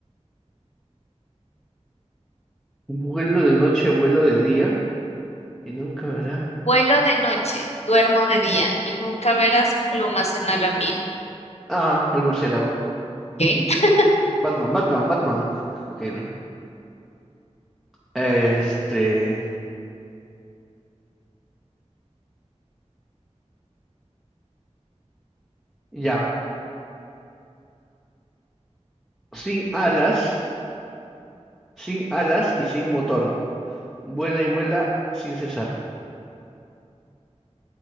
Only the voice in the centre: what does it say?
Vuelo de noche, vuelo de día. Y nunca verá.
Ah, el murciélago.
Batman, Batman, Batman. <laughs> Ok, no. Este. Ya. Sin alas. Sin alas y sin motor. Vuela y vuela sin cesar.